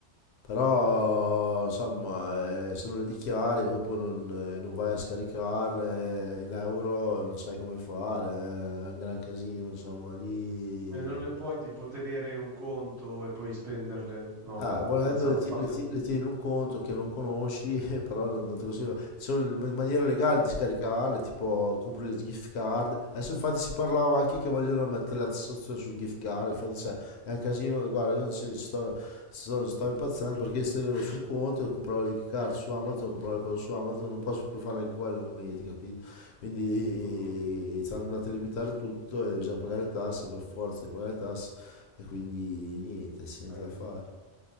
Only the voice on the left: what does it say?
Però insomma, eh, se non le dichiari, dopo non, eh, non vai a scaricarle eh, in euro, non sai come fare, eh, è un gran casino, insomma, lì...
Ah, volendo
le,
ti- le ti- le tieni in un conto che non conosci, <laughs> però non, non te consiglio. Ci sono ma- maniere legali di scaricarle, tipo compri le gift card. Adesso infatti si parlava anche che vogliono mettere la tassazione sul gift card, infatti c'è è un casino, guarda, io non ci sto, sto, sto impazzendo perché se tenevo su un conto e compravo il card su Amazon, compravo le cose su Amazon, non posso più fare anche quello a momenti, capito? Quindi
eh, ci hanno andato a limitare tutto e bisogna pagare le tasse per forza di pagare le tasse e quindi niente, c'è niente
da fare.